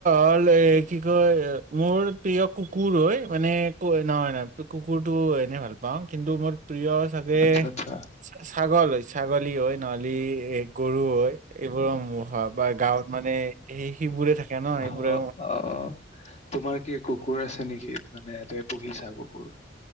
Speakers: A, on the right; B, on the left.
A: হ'ল এ কি কয় মোৰ প্ৰিয় কুুক কুৰ হয় মানে, নহয় নহয় কুকুৰটো এনেই ভাল পাওঁ। কিন্তু মোৰ প্ৰিয় চাগে
B: আচ্ছা আচ্ছা
A: ছাগল হয় ছাগলী হয় নহ'লে এ গৰু হয়। এইবোৰৰ মোৰ হয়। বা গাঁৱত মানে সেই সেইবোৰে থাকে ন
B: হ,
A: সেইবোৰে
B: অ',। অ', তোমাৰ কি কুকুৰ আছে নেকি? মানে তুমি পুহিছা কুকুৰ?